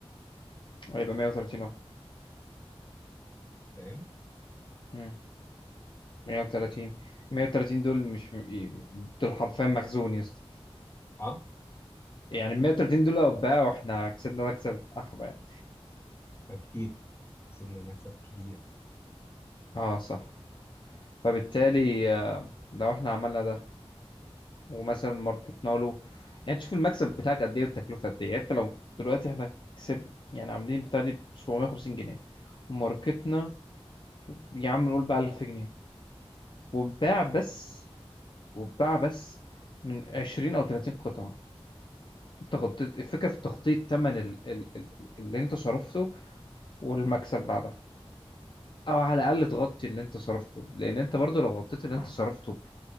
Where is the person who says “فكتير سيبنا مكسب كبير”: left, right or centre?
Left